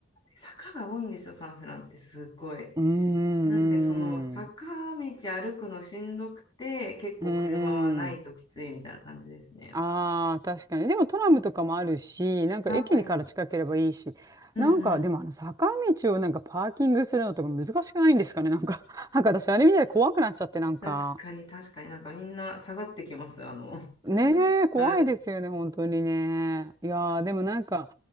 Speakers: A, on the left; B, on the right.
A: 坂が多いんですよ、サンフランってすごい。
B: うーん、
A: なんで、その坂道歩くのしんどくて、
B: う
A: 結構車はないときついみたいな感じですね。
B: ーん、うん。ああー、確かに。でもトラムとかもあるし、なんか駅から近ければいいし、
A: はい。うんうん。
B: なんかでもあの坂道をなんかパーキングするのとか難しくないんですかね。<laughs> なんか、<laughs> なんか私あれ見た怖くなっちゃって、なんか、
A: 確かに、確かになんかみんな下がってきます、あの。<laughs>
B: ねえ、怖いですよね、
A: はい。
B: 本当にね。
A: う
B: いやー、
A: ん
B: でもなんか、